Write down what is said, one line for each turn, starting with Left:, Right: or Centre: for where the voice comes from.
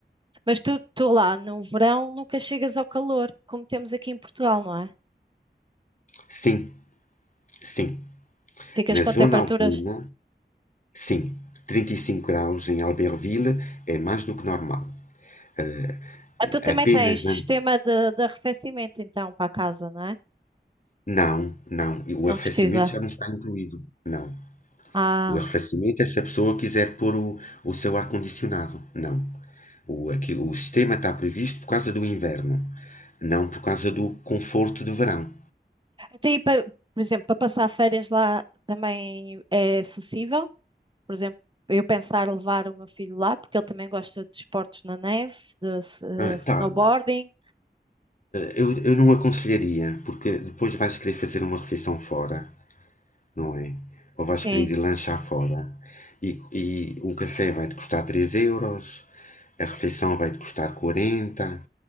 Right: Mas tu, tu lá no verão nunca chegas ao calor, como temos aqui em Portugal, não é?
Left: sim, sim,
Right: Ficas
Left: na
Right: com
Left: zona
Right: temperaturas.
Left: alpina, sim, 35 graus em Albertville é mais do que normal. Eh,
Right: Ah, tu também
Left: apenas
Right: tens sistema
Left: an-
Right: de, de arrefecimento, então, para a casa, não é?
Left: Não, não. E O
Right: Não
Left: arrefecimento
Right: precisa.
Left: já não está incluído. Não.
Right: Ah,
Left: O arrefecimento é se a pessoa quiser pôr o, o seu ar-condicionado. Não. O, aquilo- o sistema está previsto por causa do inverno, não por causa do conforto do verão.
Right: até aí, pa- por exemplo, para passar férias lá também é acessível? por exemplo, eu pensar levar o meu filho lá, porque ele também gosta de esportes na neve, de eh,
Left: Ah,
Right: snowboarding.
Left: tá. Ah, eu, eu não aconselharia, porque depois vais querer fazer uma refeição fora não é? Ou vais
Right: Sim,
Left: querer ir lanchar fora e, e um café vai-te custar 3 euros, a refeição vai-te custar 40.